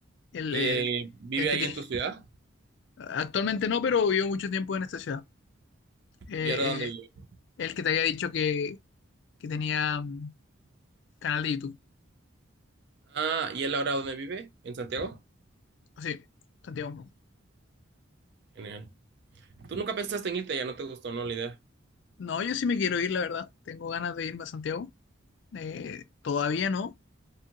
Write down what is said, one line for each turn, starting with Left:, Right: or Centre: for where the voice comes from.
Left: el,
Right: ¿Y
Left: el,
Right: eh, vive
Left: el que
Right: ahí
Left: te...
Right: en tu ciudad?
Left: Actualmente no, pero vivió mucho tiempo en esta ciudad. eh,
Right: ¿Y ahora dónde vive?
Left: eh, el que te había dicho que, que tenía mm, canal de YouTube.
Right: Ah, ¿y él ahora dónde vive? ¿En Santiago?
Left: Ah, Sí, Santiago.
Right: Genial. ¿Tú nunca pensaste en irte? Ya no te gustó, ¿no? La idea.
Left: No, yo sí me quiero ir, la verdad. Tengo ganas de irme a Santiago. Eh, todavía no,